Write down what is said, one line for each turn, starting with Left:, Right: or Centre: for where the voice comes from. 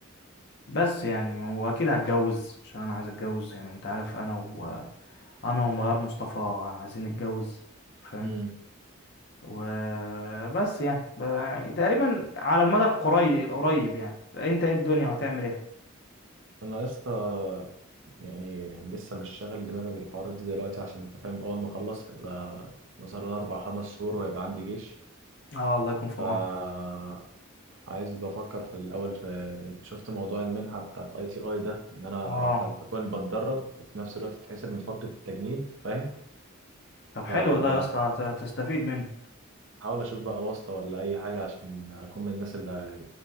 Left: بس يعني وأكيد هتجوز عشان أنا عايز أتجوز يعني أنت عارف أنا و أنا وميار مصطفى عايزين نتجوز فاهم
Right: امم
Left: وبس يعني ب- يعني تقريبا على المدى القريب القريب يعني أنت إيه الدنيا هتعمل إيه؟
Right: انا يا اسطى يعني لسه مش شاغل دماغي بالحوارات دي دلوقتي عشان انت فاهم اول ما اخلص هيبقى مثلا اربع خمس شهور وهيبقى عندي جيش
Left: آه الله يكون في
Right: فا
Left: عونك
Right: عايز بفكر في الأول في شفت موضوع المنحة بتاعت اي تي اي ده إن أنا
Left: آه
Right: أخل- أكون بتدرب وفي نفس الوقت تتحسب من فترة التجنيد فاهم
Left: طب حلو
Right: فبحاول
Left: ده يا اسطى هت- هتستفيد منه
Right: أشوف بقى واسطة ولا أي حاجة عشان أكون من الناس اللي